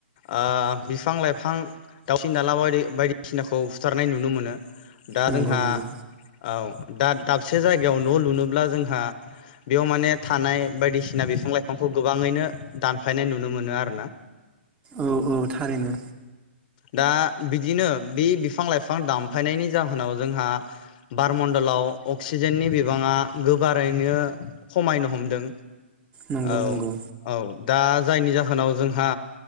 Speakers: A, on the left; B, on the right.
A: आ बिफां लाइफां दाउसिन दावला बाय बायदिसिनाखौ बुथारनाय नुनो मोनो। दा
B: नंगौ
A: जोंहा
B: नंगौ।
A: औ दा दाबसे जायगायाव न' लुनोब्ला जोंहा बेयाव माने थानाय बायदिसि सिना बिफां लाइफांखौ गोबाङैनो दानफायनाय नुनो मोनो आरोना
B: औ औ थारैनो
A: दा बिदिनो बे बिफां लाइफां दामफायनायनि जाहोनाव जोंहा बारमण्डलाव अक्सिजेननि बिबाङा गोबारैनो खमायनो हमदों
B: नंगौ
A: औ
B: नंगौ
A: औ दा जायनि जाहोनाव जोंहा